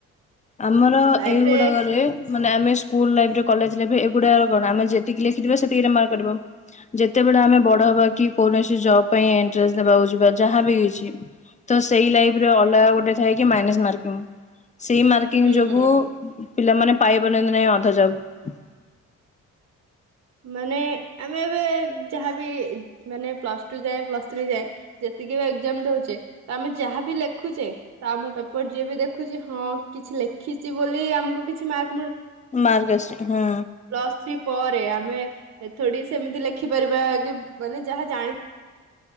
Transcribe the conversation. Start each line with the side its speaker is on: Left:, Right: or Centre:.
Left: ଆମର
Right: ଲାଇଫ
Left: ଏଇଗୁଡାଗଲେ
Right: ରେ
Left: ମାନେ ଆମେ ସ୍କୁଲ ଲାଇଫରେ କଲେଜରେ ବି ଏ <unintelligible> ଆମେ ଯେତିକି ଲେଖିଥିବା ସେତିକି ଆମ ମାର୍କ କଟିବ। ଯେତେବେଳେ ଆମେ ବଡ଼ ହବା କି କୌଣସି ଯବ ପାଇଁ ଏଣ୍ଟ୍ରାସ୍ ଦେବାକୁ ଯିବା ଯାହା ବି କିଛି ତ ସେଇ ଲାଇଫ୍ ରେ ଅଲଗା ଗୋଟେ ଥାଏ କି ମାଇନସ୍ ମାର୍କିଙ୍ଗ୍। ସେଇ ମା ତିନି
Right: ହୁଁ
Left: ଯୋଗୁଁ ପିଲାମାନେ ପାଇପାରନ୍ତି ନାଇଁ ଅଧା ଯବ
Right: ମାନେ ଆମେ ଏବେ ଯାହାବି ମାନେ ପ୍ଲସ୍ ଟୁ ଯାଏଁ ପ୍ଲସ୍ ଥ୍ରୀ ଯାଏଁ ଯେତିକି ବି ଏକ୍ଜାମ ଦଉଛେ ତ ଆମେ ଯାହାବି ଲେଖୁଛେ ତ ଆମ ପେପର ଯିଏ ବି ଦେଖୁଛି ହଁ କିଛି ଲେଖିଛି ବୋଲି ଆମକୁ କିଛି ମାର୍କ
Left: ମାର୍କ ଆସୁନି ହୁଁ।
Right: ପ୍ଲସ୍ ଥ୍ରୀ ପରେ ଆମେ ଥୋଡି ସେମିତି ଲେଖିପାରିବା କି ମାନେ ଯାହା ଜାଣି